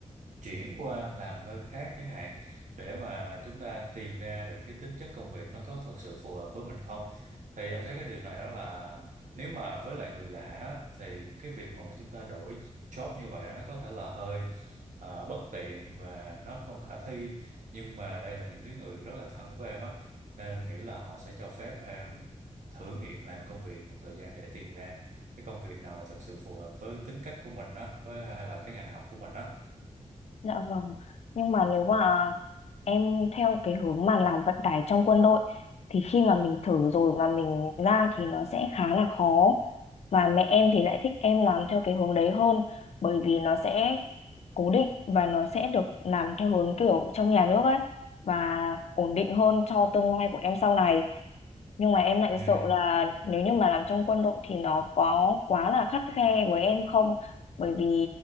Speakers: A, on the right (about 80°); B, on the left (about 60°).
A: chuyển qua làm nơi khác chẳng hạn để mà chúng ta tìm ra được cái tính chất công việc nó có thật sự phù hợp với mình không thì anh thấy cái điều này đó là nếu mà với lại người lạ đó thì cái việc mà chúng ta đổi job như vậy á, nó có thể là hơi ờ, bất tiện và nó không khả thi nhưng mà đây là những cái người rất là thân với em á nên nghĩ là họ sẽ cho phép em thử nghiệm làm công việc một thời gian để tìm ra cái công việc nào là thực sự phù hợp với tính cách của mình á với hay là cái ngành học của mình á
B: Dạ vâng. Nhưng mà nếu mà em theo cái hướng mà làm vận tải trong quân đội thì khi mà mình thử rồi mà mình ra thì nó sẽ khá là khó. Và mẹ em thì lại thích em làm theo cái hướng đấy hơn bởi vì nó sẽ cố định và nó sẽ được làm theo hướng kiểu trong nhà nước ấy và ổn định hơn cho tương lai của em sau này nhưng mà em lại
A: ừ
B: sợ là nếu như mà làm trong quân đội thì nó có quá là khắt khe với em không bởi vì